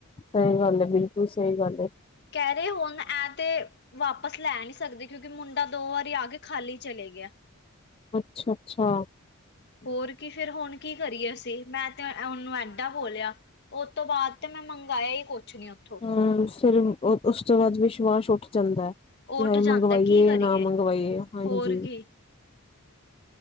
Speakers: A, on the left; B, on the left.
A: ਸਹੀ ਗੱਲ ਹੈ
B: <inaudible>
A: ਬਿਲਕੁਲ ਸਹੀ ਗੱਲ ਹੈ
B: ਕਹਿ ਰਹੇ ਹੁਣ ਐਂ ਤੇ ਵਾਪਸ ਲੈ ਨੀ ਸਕਦੇ, ਕਿਉਂਕਿ ਮੁੰਡਾ ਦੋ ਵਾਰੀ ਆ ਕੇ ਖਾਲੀ ਚਲਾ ਗਿਆ।
A: ਅੱਛਾ-ਅੱਛਾ
B: ਹੋਰ ਕੀ, ਫਿਰ ਹੁਣ ਕੀ ਕਰੀਏ ਅਸੀਂ, ਮੈਂ ਤੇ ਉਹਨੂੰ ਐਡਾ ਬੋਲਿਆ ਉਹਤ ਤੋਂ ਬਾਅਦ ਤੇ ਮੈਂ ਮੰਗਾਇਆ ਹੀ ਕੁਛ ਨੀ ਉੱਥੋਂ।
A: ਹਾ ਸਰੀ ਉਸ ਤੋਂ ਬਾਅਦ ਵਿਸ਼ਵਾਸ ਉੱਠ ਜਾਂਦਾ।
B: ਉੱਠ
A: ਹੈ
B: ਜਾਂਦਾ
A: ਮੰਗਵਾਈਏ
B: ਕੀ ਕਰੀਏ
A: ਯਾਂ ਨਾ ਮੰਗਵਾਈਏ ਹਾਂਜੀ।
B: ਹੋਰ ਕੀ